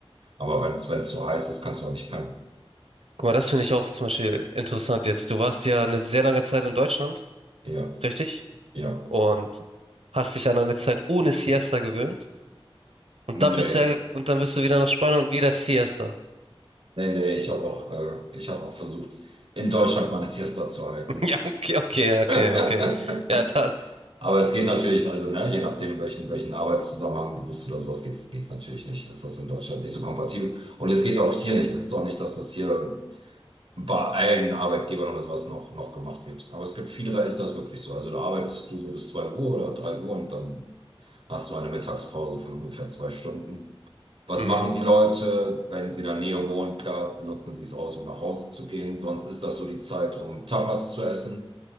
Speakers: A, on the right; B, on the right.
A: Aber wenn es wenn es so heiß ist, kannst du auch nicht pennen.
B: Guck
A: Das,
B: mal, das finde ich auch zum Beispiel interessant jetzt. Du warst ja eine sehr lange Zeit in Deutschland,
A: ja,
B: richtig?
A: ja.
B: und hast dich an eine Zeit ohne Siesta gewöhnt. Und
A: Nee,
B: dann bist du herge- und dann bist du wieder nach Spanien und wieder Siesta.
A: nee, nee, ich habe auch, äh, ich habe auch versucht, in Deutschland meine Siesta zu halten.
B: <laughs> Ja, okay, okay, ja, okay,
A: <laughs>
B: okay. Ja, dann
A: Aber es geht natürlich, also ne, je nachdem, welchen, welchen Arbeitszusammenhang du bist oder sowas, geht's, geht's natürlich nicht. Ist das in Deutschland nicht so kompatibel? Und es geht auch hier nicht. Es ist auch nicht, dass das hier bei allen Arbeitgebern oder sowas noch, noch gemacht wird. Aber es gibt viele, da ist das wirklich so. Also da arbeitest du so bis 2 Uhr oder 3 Uhr und dann hast du eine Mittagspause von ungefähr zwei Stunden. Was
B: mhm,
A: machen die Leute, wenn sie in der Nähe wohnen? Klar, benutzen sie es aus, um nach Hause zu gehen. Sonst ist das so die Zeit, um Tapas zu essen.